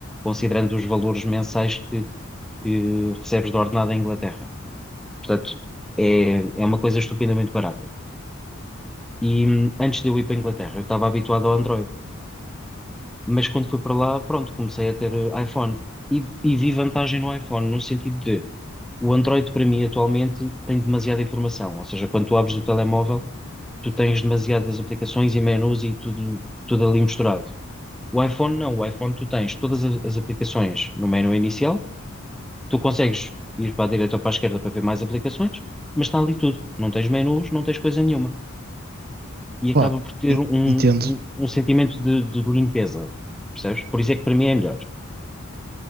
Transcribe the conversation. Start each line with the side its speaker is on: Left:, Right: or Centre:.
Centre: considerando os valores mensais que, que recebes de ordenado em Inglaterra. Portanto, é, é uma coisa estupendamente barata. E hum, antes de eu ir para a Inglaterra, eu estava habituado ao Android. Mas quando fui para lá, pronto, comecei a ter eh, iPhone e, e vi vantagem no iPhone, no sentido de o Android para mim atualmente tem demasiada informação, ou seja, quando tu abres o telemóvel, tu tens demasiadas aplicações e menus e tudo, tudo ali misturado. O iPhone não, o iPhone tu tens todas as, as aplicações no menu inicial, tu consegues ir para a direita ou para a esquerda para ver mais aplicações, mas está ali tudo, não tens menus, não tens coisa nenhuma. E acaba
Right: Pá,
Centre: por ter
Right: en-
Centre: um,
Right: entendo.
Centre: um, um sentimento de, de limpeza, percebes? Por isso é que para mim é melhor.